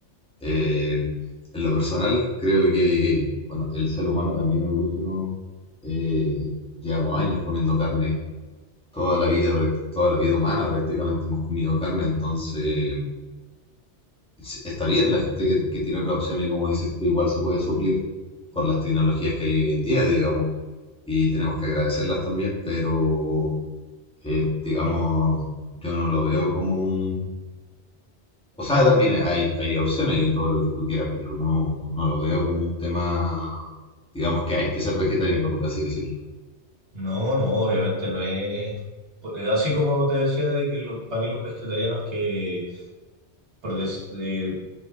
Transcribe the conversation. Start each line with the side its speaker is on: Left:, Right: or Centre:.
Centre: Eh, en lo personal, creo que, bueno, el ser humano también evolucionó. eh, llevamos años comiendo carne, toda la vida, práct- toda la vida humana prácticamente hemos comido carne, entonces es- está bien la gente que, que tiene otra opción y como dices tú, igual se puede suplir por las tecnologías que hay hoy en día, digamos, y tenemos que agradecerlas también, pero, eh, digamos, yo no lo veo como un... O sea, también hay, hay opciones y todo lo que tú quieras, pero no, no lo veo como un tema, digamos que hay que ser vegetariano, por así decirlo.
Right: No, no, obviamente no es. por- Así como te decía, de que los, para mí los vegetarianos que por des- de-